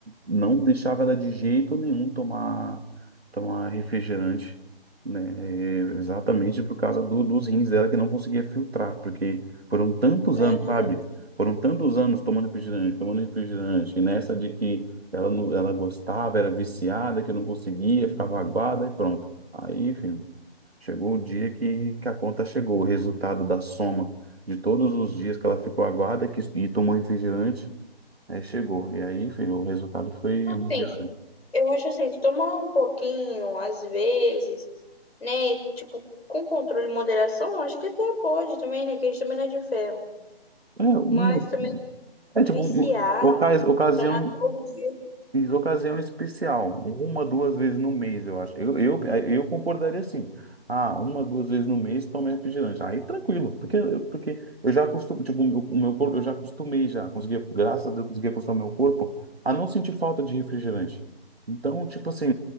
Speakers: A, on the right; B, on the left.
A: não deixava ela de jeito nenhum tomar tomar refrigerante, né? É, Exatamente por causa do- dos rins dela que não conseguia filtrar, porque foram tantos
B: Meu
A: anos,
B: Deus.
A: sabe? Foram tantos anos tomando refrigerante, tomando refrigerante, e nessa de que ela não- ela gostava, era viciada, que não conseguia, ficava aguada e pronto. Aí, enfim, chegou o dia que, que a conta chegou, o resultado da soma de todos os dias que ela ficou aguada que, e tomou refrigerante Aí chegou. E aí, filho, o resultado foi
B: Assim,
A: um dia
B: eu acho assim, que tomar um pouquinho, às vezes, né? Tipo, com controle e moderação, acho que até pode também, né? Que a gente também não é de ferro.
A: É, uma,
B: Mas também
A: é
B: viciar,
A: tipo, um, ocas, ocasião,
B: tomar todo dia,
A: ocasião especial. Uma, duas vezes no mês, eu acho. Eu, eu, eu concordaria assim. Ah, uma, duas vezes no mês toma refrigerante. Aí tranquilo, porque eu, porque eu já acostumei, tipo, o meu, o meu corpo, eu já acostumei já. Consegui, graças a Deus, consegui acostumar meu corpo a não sentir falta de refrigerante. Então, tipo assim,